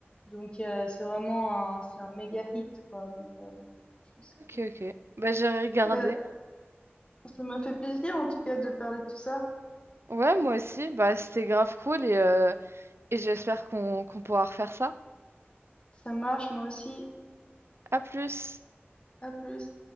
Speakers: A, on the left (about 25°); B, on the right (about 75°).
A: Donc, euh, c'est vraiment un, c'est un méga hit, quoi. Donc, euh, je pense
B: Ok,
A: que...
B: ok. Bah, j'ai regardé.
A: Bah, ça m'a fait plaisir, en tout cas, de parler de tout ça.
B: Ouais, moi aussi, bah, c'était grave cool et... euh, Et j'espère qu'on qu'on pourra refaire ça.
A: Ça marche, moi aussi.
B: À plus!
A: À plus.